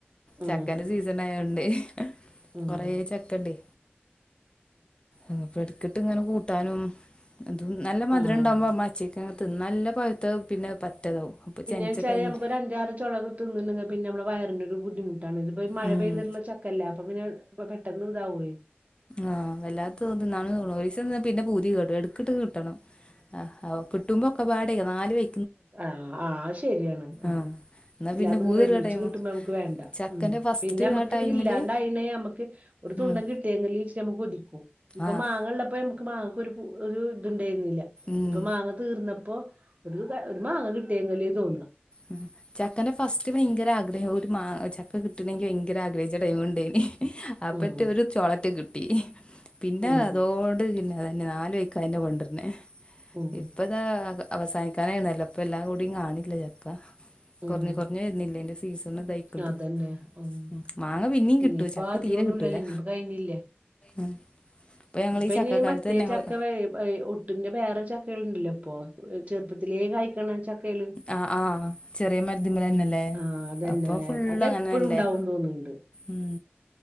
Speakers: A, on the right; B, on the left.
A: ഉം
B: ചക്കന്റെ സീസണായൊണ്ടെ
A: ഉം
B: കൊറെ ചക്കണ്ടെ ആഹ് പ്പ എടുക്കിട്ട് ഇങ്ങനെ കൂട്ടാനും എത് നല്ല മധുരം
A: ആഹ്
B: ഉണ്ടാവുമ്പ മാച്ചേ ക്ക തി നല്ല പഅ്ത്തതാ പിന്നെ പറ്റതാവും
A: പിന്നെ
B: ചെനച്ച
A: ച്ചാല്
B: ടൈമിൽ
A: നമക്ക് ഒരു അഞ്ചാറ് ചൊള കിട്ടുന്നുണ്ടെങ്കി പിന്നെ നമ്മടെ വയറിന് ഒരു ബുദ്ധിമു ട്ടാണ് ഇത്പ്പോ ഈ മഴ
B: ഉം
A: പെയ്തിട്ടുള്ള ചക്കല്ല അപ്പൊ പിന്നെ പെട്ടെന്ന് താവേ
B: ആഹ് വല്ലാത്ത തിന്നാന് <unintelligible> പിന്നെ പൂതി കെടും എട്കിട്ട് കി... ട്ടണം ആഹ് ട്ടുമ്പോ ഒക്കെ പാടെ നാല് വെ
A: ആഹ് ആഹ് ശരിയാണ് അ
B: ആഹ് എന്നാ
A: ഇല്ലാതും
B: പിന്നെ പൂതിയുള്ള
A: കൂടെ ഒരുമിച്ച്
B: ടൈമ്
A: കിട്ടുമ്പോ നമുക്ക് വേണ്ട
B: ചക്കന്റെ
A: ഉം
B: ഫസ്റ്റ്
A: പിന്നെ മ്മക്ക്
B: ആ ടൈമില്
A: ഇത് ഇല്ലാണ്ട് അയിന നമ്മക്ക് ഒരു തുണ്ടൻ
B: ഉം
A: കിട്ടിയെങ്കില് നമുക്ക് കൊതിക്കു ഇപ്പൊ
B: ആഹ്
A: മാങ്ങ ഇള്ളപ്പോ നമുക്ക് മാങ്ങക്ക് ഒരു പൂ ഒരു ഇണ്ടായിരുന്നില്ല
B: ഉം
A: ഇപ്പൊ മാങ്ങ തീർന്നപ്പോ ഒരു ഒരു മാങ്ങ കിട്ടിയെങ്കില് തോന്ന
B: ഉം ചക്കൻ്റെ ഫസ്റ്റ് ഭയങ്കര ആഗ്രഹം ഒരു മാ ചക്ക കിട്ടണങ്കി ഭയങ്കര ആഗ്രഹിച്ച ടൈം ണ്ടേന് അപ്പറ്റ
A: ഉം
B: ഒരു ചോളറ്റ് കിട്ടി പിന്നെ
A: ഉം
B: അതോട് പിന്നെ അതന്നെ നല് വൈക്കെ കൊണ്ടരുന്നേ
A: ഉം
B: ഇപ്പ ദ്ദാ അവസാനിക്കാനായ്ണല്ലപ്പ എല്ലാ കുടി കാണില്ല ചക്ക കുറ
A: ഉം
B: കുറഞ്ഞ് വരുന്നില്ലന്റെ സീസണതായി കിട്ടു
A: അതന്നെ ഉം
B: ഉംമാങ്ങ പിന്നേം കിട്ടു
A: ഇനിയിപ്പോ
B: ചക്ക
A: അധികൊന്നുംല്ലല്ലോ
B: തീരെ കിട്ടൂല
A: ഇനിയിപ്പോ കഴിഞ്ഞില്ലേ
B: ഉം ഞങ്ങള്
A: ഇപ്പൊ
B: ഈ
A: ഇനി
B: ചക്കക്കാലത്ത്
A: മറ്റേ
B: തന്നെ ഞങ്ങള്
A: ചക്ക <unintelligible> ട്ടിന്റെ വേറെ ചക്കകൾ ഉണ്ടല്ലോ ഇപ്പൊ ചെറുപ്പത്തിലേ കായിക്കണ ചക്കേല്
B: അ ആഹ് ചെറിയ മരുദുമന്നെലല്ലേ
A: ആ അതന്നെ
B: അപ്പൊ ഫുള്ളു
A: അതെപ്പോഴും
B: അങ്ങനെല്ലേ
A: ഉണ്ടാവും തോന്നുന്നുണ്ട്
B: ഉം